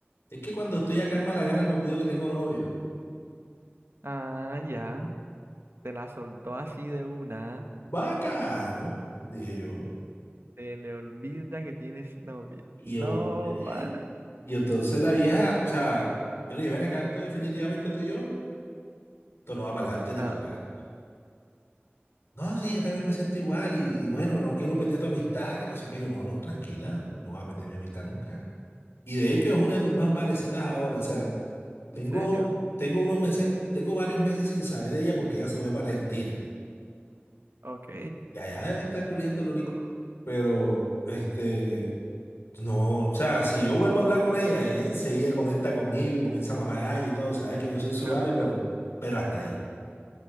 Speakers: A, on the left; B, on the right.
A: es que cuando estoy acá en Malagana me olvido que tengo novio.
B: Ah, ya, te la soltó así de una.
A: Bacano, dije yo.
B: Se le olvida que tienes novia.
A: Y
B: No,
A: yo, bueno.
B: para
A: Y entonces la vieja, o sea, yo le dije, ven acá, entonces definitivamente tú y yo, esto no va para adelante ni
B: nada.
A: para atrás. No, sí, yo también me siento igual y, y bueno, no quiero perder tu amistad, que no sé qué. Yo, no, no, tranquila, tú no vas a perder mi amistad nunca. Y de hecho es una de mis más valecitas ahora, o sea, tengo,
B: ¿En serio?
A: tengo unos meses, tengo varios meses sin saber de ella porque ella se fue para Argentina
B: Ok,
A: y allá debe estar culiando el olico. Pero, este, No, o sea, si yo vuelvo a hablar con ella, ella enseguida conecta conmigo y comienza a mamar gallo y todo, sabe que yo soy su
B: claro,
A: vale,
B: claro.
A: pero, pero hasta ahí.